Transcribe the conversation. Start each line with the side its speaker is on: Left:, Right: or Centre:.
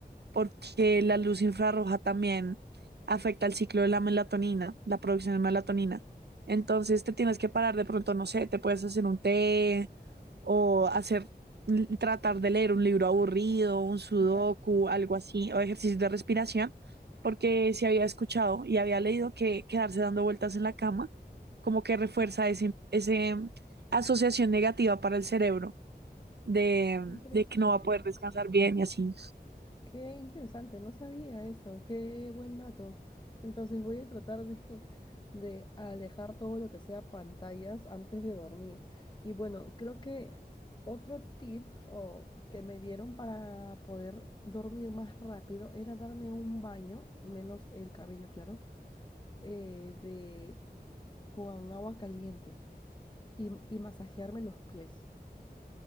Right: porque la luz infrarroja también afecta el ciclo de la melatonina, la producción de melatonina. Entonces te tienes que parar de pronto, no sé, te puedes hacer un té o hacer, tratar de leer un libro aburrido, un sudoku,
Left: Ajá.
Right: algo así, o ejercicio de respiración porque sí había escuchado y había leído que quedarse dando vueltas en la cama como que refuerza ese, ese mm, asociación negativa para el cerebro de, mm,
Left: Interesante.
Right: de que no va a poder descansar bien y así.
Left: Qué interesante, no sabía eso, qué buen dato. Entonces voy a tratar de, <laughs> de alejar todo lo que sea pantallas antes de dormir. Y bueno, creo que otro tip o, que me dieron para poder dormir más rápido era darme un baño, menos el cabello, claro, eh, de, con agua caliente y, y masajearme los pies.